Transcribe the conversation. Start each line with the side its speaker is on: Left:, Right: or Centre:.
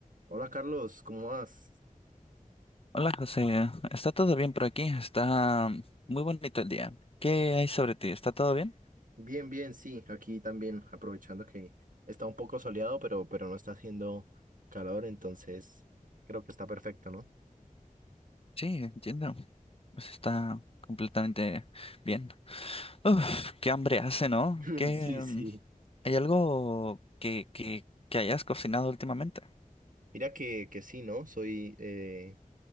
Right: Hola Carlos, ¿cómo vas?
Left: Hola José, ¿está todo bien por aquí? Está muy bonito el día. ¿Qué hay sobre ti? ¿Está todo bien?
Right: Bien, bien, sí, aquí también aprovechando que está un poco soleado, pero, pero no está haciendo calor, entonces creo que está perfecto, ¿no?
Left: Sí, entiendo. Pues Está completamente bien. Uf, qué hambre hace, ¿no?
Right: <laughs>
Left: ¿Qué,
Right: Sí,
Left: mm,
Right: sí.
Left: hay algo que, que, que hayas cocinado últimamente?
Right: Mira que, que sí, ¿no? Soy, eh,